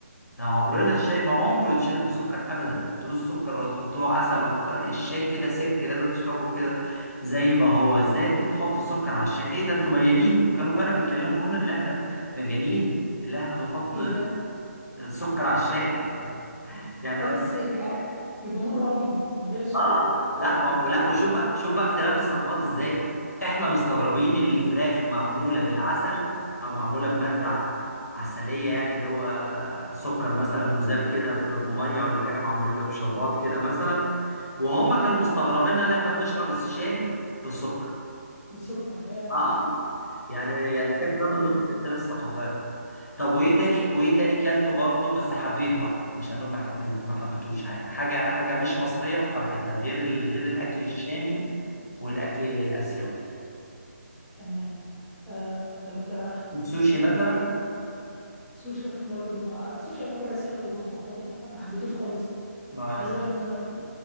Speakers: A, on the left; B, in the centre.
A: يعني عمرنا الشاي ما عمره يتشرب بسكر ابدا تحطلوش سكر ولا تحط له عسل ولا تحط له الشاي كده سك لازم تشربه كده زي ما هو ازاي انتوا بتحطوا السكر على الشاي ايه ده انتوا مجانين وكانوا فعلا بيتكلموا لنا اللي احنا مجانين اللي احنا بنحط
B: ايه ده
A: سكر على الشاي <laughs> يعني
B: ده بس يعني يعني بيبقى مر قوي من غير السكر
A: اه لا ما لا وشوف بقى شوف بقى اختلاف الثقافات ازاي احنا مستغربين الفراخ معموله بالعسل او معموله بماده ع- عسليه يعني اللي هو سكر مثلا مذاب كده ب- بميه ولا حاجه معموله بشربات كده مثلا وهم كانوا مستغربيننا اللي احنا بنشرب الشاي بالسكر
B: بالسكر يا
A: اه يعني يعني
B: لا
A: كان ده من
B: لا
A: ضمن اختلاف الثقافات طب وايه تاني وايه تاني كلته برضه بس حبيته بقى مش هنقول ما حبيت ما حبيتوش ح- حاجه حاجه مش مصريه وحبيتها غير ال... غير الاكل الشامي والاكل الاسيوي
B: تمام آه طب انت
A: السوشي
B: اكل
A: مثلا
B: سوشي برضو ما السوشي يعتبر اسيوي برضو اعتقد فما حبيتوش خالص
A: ما
B: عايز اقول لك ان انا في